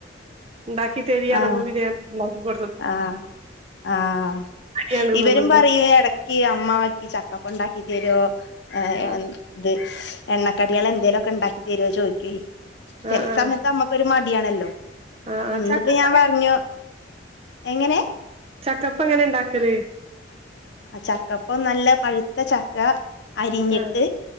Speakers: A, on the right; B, on the left.
A: ണ്ടാക്കി തരീ അറ്ഞപൊ
B: ആ
A: പിന്നെ ഞാ <unintelligible>
B: ആഹ് ആഹ്
A: മടിയാണ്ന്നുള്ളു
B: ഇവരും പറയ ഇടക്ക അമ്മാക്കി ചക്കപ്പു ഉണ്ടാക്കി തരു ആ്ത്.
A: ആഹ്
B: എണ്ണക്കടികൾ എന്തേങ്കലുമ ഒക്കെ ഉണ്ടാക്കി തരുവോ ചോദിക്കി ചരി
A: ആഹ്
B: സമയത്ത് അമ്മക്കരു മ ആണല്ലോ
A: ആഹ് ആഹ്
B: അപ്പൊ
A: ആഹ്
B: ഇന്നിപ്പോ
A: ചക്കപ്പ
B: ഞാൻ പറഞ്ഞു. എങ്ങനെ
A: ചക്കപ്പ എങ്ങനെ ഇണ്ടാക്കല്
B: ആ ചക്കപ്പൊ നല്ല പഴുത്ത ചക്ക അരിഞ്ഞിട്ട്
A: ആഹ്